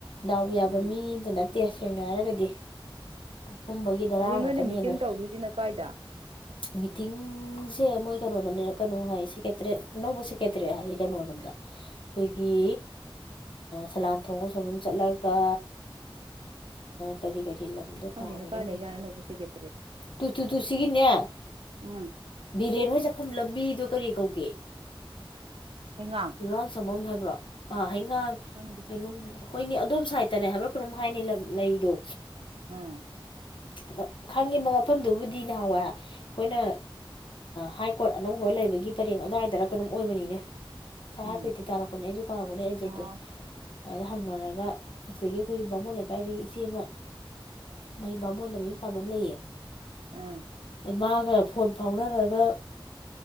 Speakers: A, on the left; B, on the right.
A: ꯗꯥꯎꯕ ꯌꯥꯕ
B: ꯎꯝ
A: ꯃꯤꯗꯅ ꯠꯇꯦ ꯁꯦꯡꯅ ꯍꯥꯏꯔꯒꯗꯤ ꯀꯨꯝꯕꯒꯤꯗꯔꯥꯒ
B: ꯍꯧꯖꯤꯛ ꯅꯣꯏꯅ
A: ꯅꯦ
B: ꯃꯤꯇꯤꯡ
A: ꯑꯗꯨ
B: ꯇꯧꯗꯣꯏꯁꯤꯅ ꯀꯥꯏꯗ
A: ꯃꯤꯇꯤꯡꯁꯦ ꯃꯣꯏ ꯩꯅꯣꯗ ꯀꯩꯅꯣ ꯍꯥꯏ ꯁꯦꯀꯦꯇꯔꯦꯠ ꯑꯅꯧꯕ ꯁꯦꯀꯦꯇꯔꯦꯠ ꯍꯥꯏꯌꯦ ꯀꯩꯅꯣꯔꯣꯝꯗ ꯑꯩꯈꯣꯏꯒꯤ ꯁꯂꯥꯟꯊꯣꯡ ꯁꯣꯝꯕꯝ ꯆꯠꯂꯒ ꯀꯔꯤ ꯀꯔꯤ ꯂꯝꯗꯣ
B: ꯍꯥꯎꯅꯤ
A: ꯀꯥꯎꯈ꯭ꯔꯦꯅꯦꯍꯦ
B: ꯄꯥꯂꯦꯖꯅꯅꯕꯨ ꯁꯤꯁꯤ
A: ꯇꯨ ꯇꯨ ꯇꯨꯁꯤꯒꯤꯅꯦ
B: ꯎꯝ
A: ꯕꯤꯔꯦꯟ ꯍ ꯆꯠꯐꯝ ꯂꯝꯕꯤꯗ ꯀꯔꯤ ꯀꯧꯒꯦ
B: ꯍꯩꯉꯥꯡ
A: ꯂꯔꯥꯡ ꯁꯃꯝ ꯍꯥꯏꯕ꯭ꯔꯣ ꯑꯥ ꯍꯩꯉꯥꯡ
B: ꯈꯪꯗꯦ
A: ꯀꯩꯅꯣꯝꯕ꯭ꯔꯣ ꯍꯣꯏꯅꯤ ꯑꯗꯣꯝ ꯁꯥꯏ ꯇꯔꯦ ꯍꯥꯏꯕ꯭ꯔꯥ ꯀꯩꯅꯣꯝ ꯍꯥꯏꯅꯤ ꯂꯩꯗꯣ
B: ꯑꯥ
A: ꯑꯗꯣ ꯈꯪꯉꯤꯕ ꯃꯐꯝꯗꯨꯕꯨꯗꯤ ꯅꯍꯥꯟꯋꯥꯏ ꯑꯩꯈꯣꯏꯅ ꯍꯥꯏ ꯀꯣꯔꯠ ꯑꯅꯧꯕ ꯂꯩꯕꯒꯤ ꯄꯔꯦꯡ ꯑꯗꯨꯋꯥꯏꯗꯔ ꯀꯅꯝ ꯑꯣꯏꯕꯅꯤꯅꯦ ꯉꯁꯥꯏ
B: ꯎꯝ
A: ꯍꯥꯏꯄꯗꯤ ꯇꯥꯔꯛꯄꯅꯦ ꯑꯩꯁꯨ ꯀꯥꯎꯕꯅꯦ ꯑꯩꯖꯦꯗꯣ
B: ꯑꯣ
A: ꯑꯗ ꯍꯪꯅꯔꯒ ꯁꯤꯗꯒꯤ ꯑꯩꯈꯣꯏꯒꯤ ꯕꯥꯃꯣꯟ ꯂꯩꯀꯥꯏꯗꯒꯤ ꯏꯆꯦ ꯑꯃ ꯃꯩ ꯕꯥꯃꯣꯟꯗ ꯃꯌ ꯑꯄꯥꯝꯕ ꯑꯃ ꯂꯩꯌꯦ
B: ꯑꯥ
A: ꯃꯥꯒ ꯐꯣꯟ ꯐꯥꯎꯅꯔꯒ